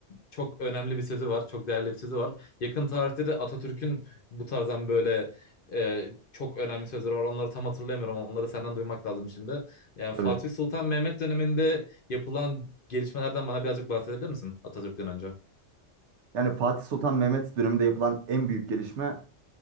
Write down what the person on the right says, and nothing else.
tabii.
Yani Fatih Sultan Mehmet döneminde yapılan en büyük gelişme